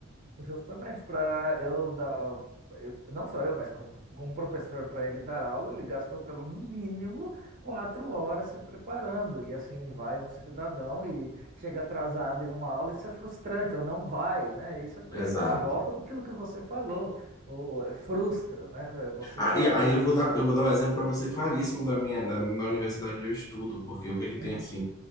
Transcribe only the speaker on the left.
Exato.
Ah,
e
aí eu vou dar, eu vou dar um exemplo para você claríssimo da minha, da, da universidade onde eu estudo, porque o que é que
tem assim?